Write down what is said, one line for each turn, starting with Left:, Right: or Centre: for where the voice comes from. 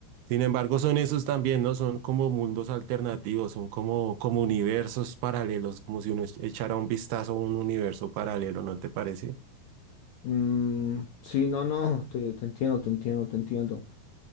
Right: Sin embargo, son esos también, ¿no? Son como mundos alternativos, son como, como universos paralelos, como si uno echara un vistazo a un universo paralelo, ¿no te parece?
Left: Mm, sí, no, no, te, te entiendo, te entiendo, te entiendo.